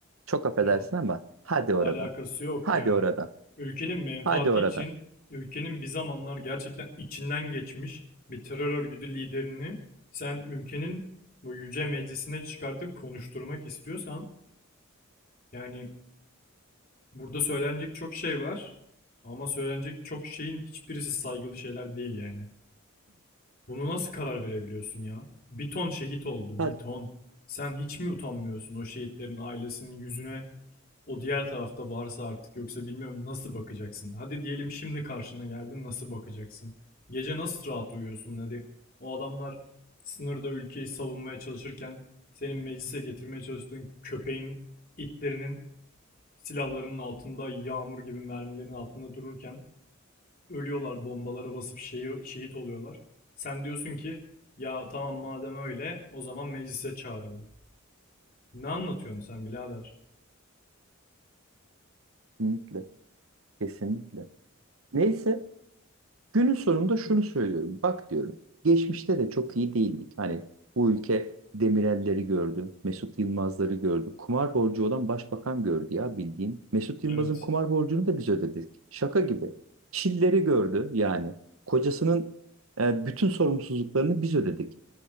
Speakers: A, on the right; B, on the left.
A: çok affedersin
B: Ya
A: ama hadi oradan.
B: alakası yok
A: Hadi
B: ya.
A: oradan.
B: Ülkenin menfaati
A: Hadi oradan.
B: için ülkenin bir zamanlar gerçekten içinden geçmiş bir terör örgütü liderini sen ülkenin bu yüce meclisine çıkartıp konuşturmak istiyorsan yani burada söylenecek çok şey var ama söylenecek çok şeyin hiçbirisi saygılı şeyler değil yani. Bunu nasıl karar verebiliyorsun ya? Bir ton şehit oldu,
A: Hadi.
B: bir ton. Sen hiç mi utanmıyorsun o şehitlerin ailesinin yüzüne? O diğer tarafta varsa artık yoksa bilmiyorum nasıl bakacaksın? Hadi diyelim şimdi karşına geldi nasıl bakacaksın? Gece nasıl rahat uyuyorsun? Hadi o adamlar sınırda ülkeyi savunmaya çalışırken senin meclise getirmeye çalıştığın köpeğin, itlerinin silahlarının altında, yağmur gibi mermilerin altında dururken ölüyorlar bombalara basıp şehir, şehit oluyorlar. Sen diyorsun ki ya tamam madem öyle o zaman meclise çağıralım. Ne anlatıyorsun sen birader?
A: Kesinlikle. Kesinlikle. Neyse Günün sonunda şunu söylüyorum. Bak diyorum. Geçmişte de çok iyi değildik. Hani bu ülke Demirel'leri gördü. Mesut Yılmaz'ları gördü. Kumar borcu olan başbakan gördü ya bildiğin. Mesut Yılmaz'ın
B: Evet.
A: kumar borcunu da biz ödedik. Şaka gibi. Çilleri gördü yani. Kocasının e, bütün sorumsuzluklarını biz ödedik.